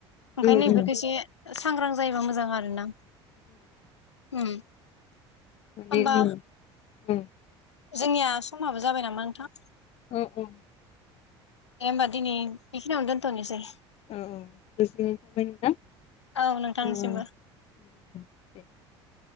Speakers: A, on the left; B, on the left.
A: ओंखायनो
B: उम
A: बेफोरखौ एसे सांग्रां जायोबा मोजां आर ना उम
B: माने
A: होमबा
B: उम उम
A: जोंनिया समाबो जाबाय नामा नोंथां
B: औ औ।
A: दे होनबा दिनै बेखिनियावनो दोनथ'नोसै
B: उम <unintelligible> उम।
A: औ नोंथांनिसिमबो
B: <inaudible>